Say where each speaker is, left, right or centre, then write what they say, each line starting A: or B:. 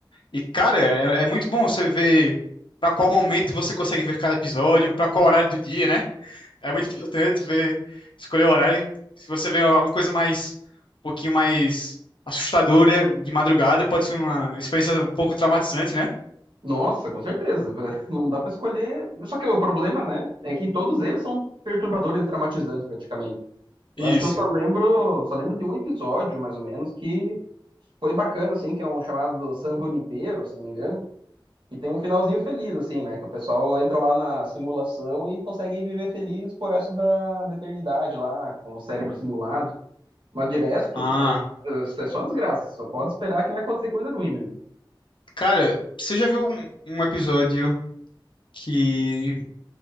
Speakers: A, on the left (about 75°); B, on the right (about 70°).
A: E, cara, é, é muito bom você ver pra qual momento você consegue ver cada episódio, pra qual horário do dia, né? É muito <laughs> importante ver, escolher o horário. Se você vê alguma coisa mais, um pouquinho mais assustadora de madrugada, pode ser uma experiência um pouco traumatizante, né?
B: Nossa, com certeza. <laughs> Não dá pra escolher. Só que o problema, né, é que todos eles são perturbadores e traumatizantes praticamente. Eu
A: Isso.
B: acho que eu só lembro, só lembro de um episódio, mais ou menos, que foi bacana, assim, que é um chamado San Junipero, se não me engano E tem um finalzinho feliz, assim, né? Que o pessoal entra lá na simulação e consegue viver feliz por resto da, da eternidade lá, com o cérebro simulado. Mas de resto,
A: Ah.
B: é, é só desgraça. Só pode esperar que vai acontecer coisa ruim mesmo.
A: Cara, você já viu um, um episódio que